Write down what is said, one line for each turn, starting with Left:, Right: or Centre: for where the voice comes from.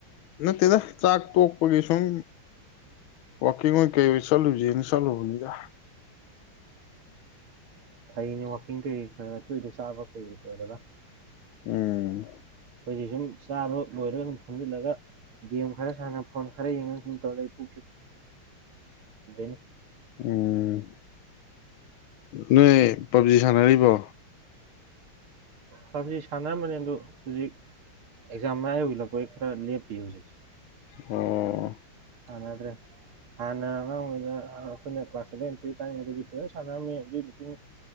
Left: ꯅꯠꯇꯦꯗ ꯆꯥꯛ ꯇꯣꯛꯄꯒꯤ ꯁꯨꯝ ꯋꯀꯤꯡ ꯑꯣꯏꯅ ꯀꯩ ꯑꯣꯏ ꯆꯠꯂꯨꯁꯦꯅ ꯆꯠꯂꯨꯕꯅꯤꯗ
Right: ꯐꯩꯅꯦ ꯋꯥꯀꯤꯡ ꯀꯩ ꯈꯔꯥ ꯈꯔꯥ ꯇꯣꯏꯇꯣꯏꯟ ꯆꯥꯕꯥ ꯐꯩ ꯇꯧꯔꯒꯥ
Left: ꯎꯝ
Right: ꯑꯩꯈꯣꯏꯗꯤ ꯁꯨꯝ ꯆꯥꯕ ꯂꯣꯏꯔꯒ ꯁꯨꯝ ꯐꯝꯖꯤꯜꯂꯒꯦ ꯒꯦꯃ ꯈꯔ ꯁꯥꯅ ꯐꯣꯟ ꯈꯔ ꯌꯦꯉꯥ ꯁꯨꯝ ꯇꯧꯔꯛꯏ <unintelligible>
Left: ꯎꯝ ꯅꯣꯏ ꯄꯞꯖꯤ ꯁꯥꯟꯅꯔꯤꯕꯣ
Right: ꯄꯥꯐꯖꯤ ꯁꯥꯟꯅꯔꯝꯕꯅꯦ ꯑꯗꯣ ꯍꯧꯖꯤꯛ ꯑꯦꯛꯖꯥꯝ ꯃꯌꯥ ꯌꯧꯁꯜꯂꯛꯄꯩ ꯈꯔ ꯂꯦꯞꯄꯤ ꯍꯧꯖꯤꯛꯁꯦ
Left: ꯑꯣ
Right: ꯁꯥꯟꯅꯗ꯭ꯔꯦ ꯍꯥꯟꯅ ꯑꯉꯥꯡ ꯑꯣꯏꯅ ꯑꯩꯈꯣꯏꯅ ꯀ꯭ꯂꯥꯁ ꯁꯚꯦꯟ ꯇꯨꯌꯦꯜꯕ ꯀꯥꯔꯤꯉꯩꯗꯗꯤ ꯐꯖꯅ ꯁꯥꯟꯅꯔꯝꯃꯦ ꯑꯗꯨꯒꯤ ꯃꯇꯨꯡ